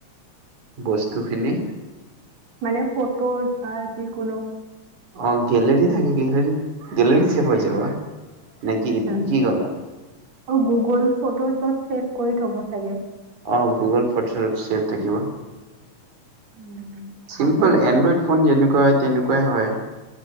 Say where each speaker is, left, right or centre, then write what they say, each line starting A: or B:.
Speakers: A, on the right (about 80°); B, on the right (about 65°).
A: বস্তুখিনি
B: মানে ফটোত, আহ কোনো
A: অৱ গলেৰি থাকে <unintelligible> গলেৰিত ছেৱ হৈ যাব। নে কি
B: আচ্ছা
A: তুমি
B: আচ্ছা
A: কি ক'লা।
B: অ গুগল ফটো চ্বত চছেভ কৰি থব লাগে।
A: অ গুগল ফত চছেভ থাকিব।
B: উম।
A: চিম্পল
B: ভালেই তেতিয়াহ'লে
A: এনড্ৰইড ফোন যেনেকুৱা তেনেকুৱাই হয়।